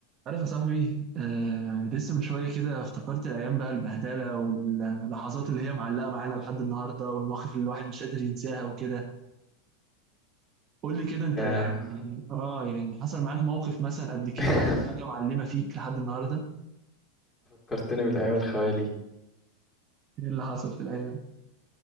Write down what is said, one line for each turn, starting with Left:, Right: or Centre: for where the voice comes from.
Right: عارف يا صاحبي آه لسه من شوية كده افتكرت الأيام بقى البهدلة واللحظات اللي هي معلقة معانا لحد النهاردة والمواقف اللي الواحد مش قادر ينساها وكده قول لي كده أنت
Left: ياه
Right: يعني آه يعني حصل معاك موقف مثلا قبل كده
Left: <laughs>
Right: أو حاجة معلمة فيك لحد النهاردة
Left: فكرتني بالأيام الخوالي
Right: إيه اللي حصل في الأيام؟